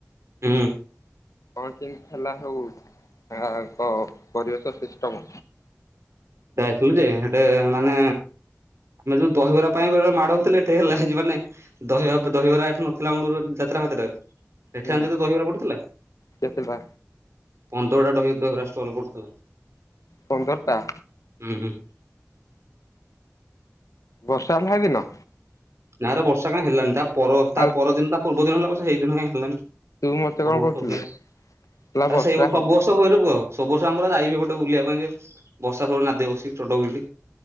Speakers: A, on the right (about 55°); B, on the left (about 85°).
A: ହୁଁ।
B: କଣ କେମତି ହେଲା ହଉ, ତାଙ୍କ ପରିବେଶ ସିଷ୍ଟମ।
A: ଥିଲ ଯେ, ସେଟା ମାନେ ଆମେ ଯୋଉ ଦହିବରା ପାଇଁ ମାଡ ହଉଥିଲେ ଟିକେ ହେଲା। ମାନେ ଦହିବା ଦହିବରା ଏଠି ନଥିଲା ମଳ ଯାତ୍ରା ଯାତ୍ରାରେ ଏଠି
B: ହୁଁ
A: ଆମ ଯଦି ଦହିବରା ପଡୁଥିଲା
B: କେତେଟା
A: ।ପନ୍ଦରଟା ଦହି ବହରା ଷ୍ଟଲ ପୁଡ଼ିଥିଲା।
B: ପନ୍ଦର ଟା।
A: ହୁଁ ହୁ।
B: ବର୍ଷା ହେଲା ହେଦିନ?
A: ନାଁରେ ବର୍ଷା କାହିଁ ହେଲାନି ।ତା ପର ତା
B: ଆଉ ତୁ
A: ପରଦିନ, ତା ପୂର୍ବ ଦିନ ହେଲା। ସେଇ ଦିନ କାଇଁ ହେଲାନି। ସବୁ
B: ମତେ କଣ
A: ବର୍ଷ
B: କହୁଥିଲୁ
A: ହୁଏ ।ଆରେ
B: କହିଲା ବର୍ଷା
A: ସେଇ,
B: ହବ
A: ସବୁ ବର୍ଷ ହୁଏ ରେ ପୁଅ। ସବୁ ବର୍ଷ ଆମର ଯାଇବ ଗୋଟେ ବୁଲିବା ପାଇଁ ଯେ, ବର୍ଷା ସବୁ ନାଦି ବସିିକ ଚଢଉ ବୋଲି